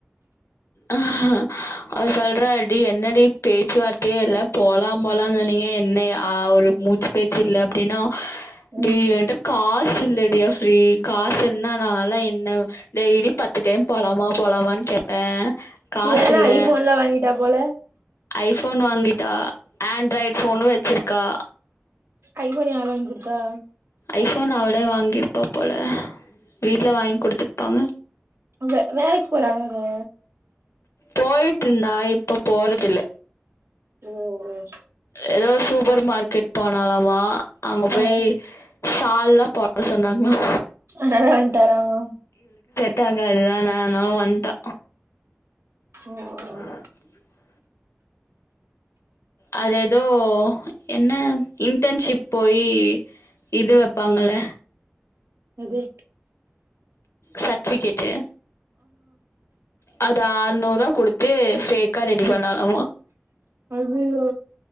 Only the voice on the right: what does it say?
ம்
இவ என்ன
ஐஃபோன்லா வாங்கிட்டா போல
ஐஃபோன் யார் வாங்கி குடுத்தா
வெ வேலக்கி போறலா அவ
ஓ ஓ
ஆ
அனால வன்ட்டாளாமா
ஓ
எது
அய்யய்யோ